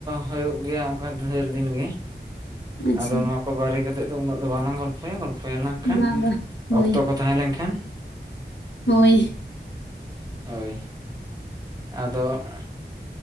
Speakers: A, on the right (about 20°); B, on the left (about 80°).
A: ᱦᱩᱭᱩᱜ ᱜᱮᱭᱟ ᱚᱱᱠᱟ ᱰᱷᱮᱨ ᱫᱤᱱ ᱜᱮ
B: ᱟᱪᱪᱷᱟ
A: ᱟᱫᱚ ᱱᱚᱣᱟ ᱠᱚ ᱵᱟᱨᱮ ᱠᱟᱛᱮᱫ ᱫᱚ ᱩᱱᱟᱹᱜ ᱫᱚ ᱵᱟᱞᱟᱝ ᱜᱚᱞᱯᱚᱭᱟ ᱜᱚᱞᱯᱚ ᱭᱟᱞᱟᱝ ᱠᱷᱟᱱ
B: ᱵᱟᱝ ᱵᱟᱝ ᱦᱳᱭ
A: ᱚᱠᱛᱚ ᱠᱚ ᱛᱟᱦᱮᱸ ᱞᱮᱱᱠᱷᱟᱱ
B: ᱦᱳᱭ
A: ᱦᱳᱭ ᱟᱫᱚ